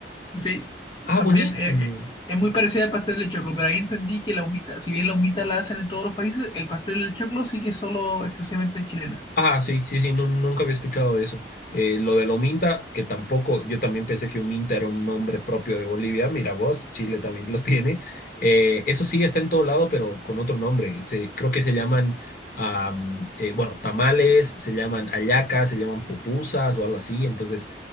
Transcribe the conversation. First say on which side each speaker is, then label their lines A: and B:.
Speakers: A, on the left; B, on the left.
A: Sí,
B: Ah,
A: también
B: buenísimo.
A: eh, eh, es muy parecida al pastel de choclo, pero ahí entendí que la humita, si bien la humita la hacen en todos los países, el pastel de choclo sí que es solo exclusivamente chilena.
B: Ah, sí, sí, sí, no, nunca había escuchado de eso. Eh, lo de lo Minta que tampoco, yo también pensé que un Minta era un nombre propio de Bolivia. Mira vos, Chile también lo <laughs> tiene. Eh, eso sí, está en todo lado, pero con otro nombre. Se, creo que se llaman, am, eh, bueno, tamales, se llaman hallacas, se llaman pupusas o algo así. Entonces,